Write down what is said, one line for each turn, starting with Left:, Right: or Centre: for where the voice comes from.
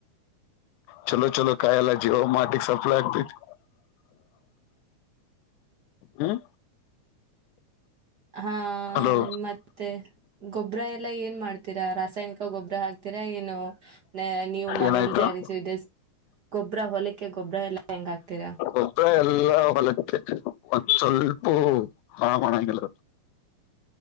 Left: ಚಲೋ ಚಲೋ ಕಾಯೆಲ್ಲ ಜಿಯೋ ಮಾರ್ಟಿಗೆ ಸಪ್ಲೈ ಆಗ್ತತಿ ಹ್ಮ
Right: ಹಾ
Left: ಹಲೋ
Right: ಮತ್ತೆ ಗೊ ಗೊಬ್ಬ್ರ ಎಲ್ಲಾ ಏನ್ ಮಾಡ್ತೀರಾ ರಾಸಾಯನಿಕ ಗೊಬ್ಬ್ರ ಹಾಕ್ತಿರಾ ಏನು ನ ನೀವು ಮನೇೆಯಲ್ಲಿ
Left: ಏನಾಯ್ತು
Right: ತಯಾರಿಸ ಗೊಬ್ಬ್ರ ಹೊಲಕ್ಕೆ ಗೊಬ್ಬ್ರ ಎಲ್ಲ ಹೆಂಗ ಆಗ್ತೀರಾ
Left: ಒಬ್ಬರ ಎಲ್ಲ ಹೊಲಕ್ಕೆ ಒಂದು ಸ್ವಲ್ಪೂ ಹಾಳು ಮಾಡಣಾಗಿಲ್